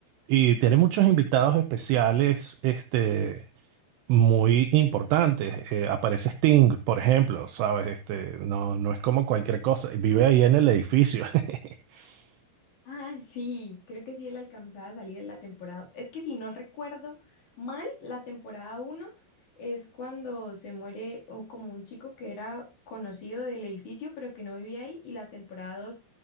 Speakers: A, on the right; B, on the left.
A: Y tiene muchos invitados especiales, este, muy importantes. Eh, aparece Sting, por ejemplo, ¿sabes? Este, no, no es como cualquier cosa. Vive ahí en el edificio. <laughs>
B: Ah, sí, creo que sí él alcanzaba a salir en la temporada 2. Es que si no recuerdo mal, la temporada uno es cuando se muere o como un chico que era conocido del edificio pero que no vivía ahí y la temporada 2